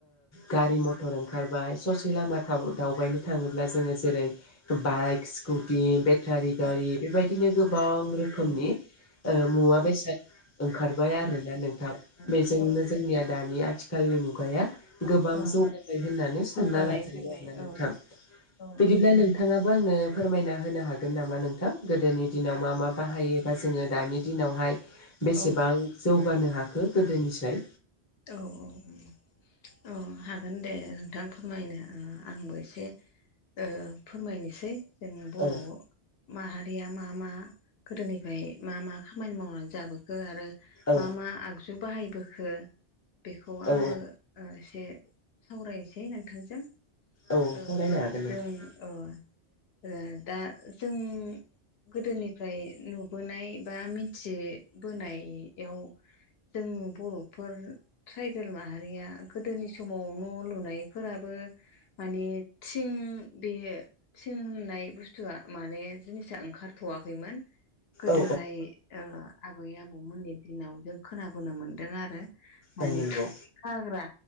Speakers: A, on the left; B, on the left.
A: गारि मथर ओंखारबाय ससे लामा थाव दावबायनो थाङोब्ला जोङो जेरै बाइक स्कुटि बे बेथारि गारि
B: औ
A: बेबायदिनो
B: औ
A: गोबां
B: औ
A: रोखोमनि
B: उम
A: ओ मुवा बेसाद ओंखारबाय आरो ना नोंथां
B: औ
A: बेजोंनो
B: औ
A: जोंनिया दानि आथिखालनि मुगाया गोबां
B: औ
A: जौगाबाय होननानै सानना
B: जौगानाय
A: ला
B: फैबाय
A: आरो ना नोंथां
B: औ औ
A: बिदिब्ला
B: नोंथां
A: नोंथाङाबो आंनो फोरमायना होनो हागोन नामा नोंथां गोदोनि दिनाव मा मा बाहायो? बा जोङो दानि दिनावहाय बेसेबां
B: औ
A: जौगानो हाखो गोदोनिस्राय
B: औ औ औ उम अ हागोन दे नोंथां फोरमायनो ओ आंबो एसे ओ फोरमायनोसै जों बर'
A: औ
B: माहारिया मा-मा गोदोनिफ्राय मा मा खामानि मावनानै जाबोखो आरो
A: औ
B: मा-मा आगजु बाहायबोखो? बेखौ
A: औ
B: आंबो ओ एसे सावरायनोसै नोंथांजों।
A: औ
B: ओ
A: सावरायनो हागोन नोंथां
B: जों ओ ओ दा जों गोदोनिफ्राय नुबोनाय बा मिथिबोनायाव जों बर'फोर ट्राइबेल माहारिया गोदोनि समाव न' लुनायफोराबो माने थिं बे थिं होननाय बुस्थुआ माने जिनिसा ओंखारथ'वाखैमोन। गोदोहाय
A: औ
B: ओ आबै आबौमोननि दिनाव जों खोनाबोनो मोन्दों आरो माने
A: औ नंगौ
B: थुरि हाग्रा